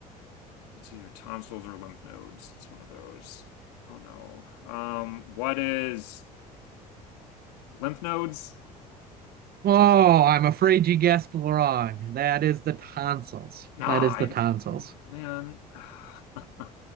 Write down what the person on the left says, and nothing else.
it's either tonsils or lymph nodes. It's one of those. Oh no. Um, what is lymph nodes?
Nah,
I d-
man. <sighs> <laughs>